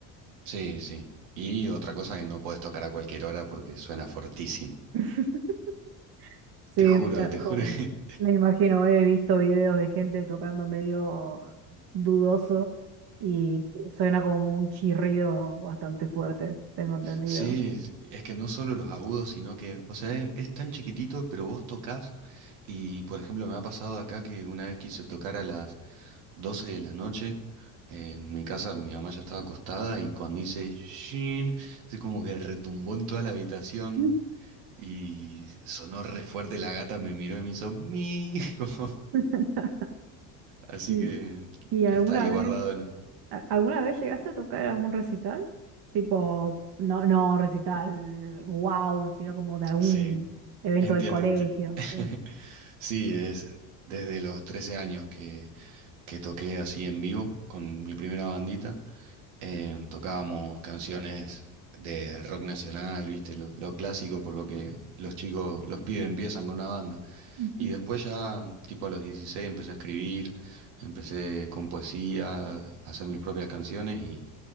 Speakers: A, on the right (about 85°); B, on the right (about 55°).
A: Sí, sí. Y otra cosa que no puedes tocar a cualquier hora porque suena fortísimo.
B: <laughs> Sí,
A: Te juro,
B: me, ya-
A: te
B: me-
A: juro que
B: me imagino, he visto videos de gente tocando medio dudoso y suena como un chirrido bastante fuerte, tengo
A: <laughs>
B: entendido.
A: sí, es es que no solo los agudos, sino que, o sea, es, es tan chiquitito, pero vos tocas y, por ejemplo, me ha pasado acá que una vez quise tocar a las 12 de la noche, eh, en mi casa mi mamá ya estaba acostada y cuando hice shin, así como que retumbó en toda la habitación
B: Mm.
A: y sonó re fuerte, la gata me miró y me hizo mi, <laughs> como,
B: <laughs>
A: así
B: ¿Y,
A: que
B: y alguna
A: está ahí
B: vez,
A: guardado,
B: a- alguna vez llegaste a tocar algún recital? Tipo, no, no recital, wow, sino como de algún
A: Sí,
B: evento
A: entiendo.
B: del colegio.
A: enti- <laughs>
B: Sí.
A: Sí, es desde los 13 años que, que toqué así en vivo con mi primera bandita. Eh, tocábamos canciones de rock nacional, viste, lo, lo clásico por lo que los chicos, los pibes empiezan con una banda.
B: Ujú.
A: Y después ya, tipo a los 16 empecé a escribir, empecé con poesía, a hacer mis propias canciones y,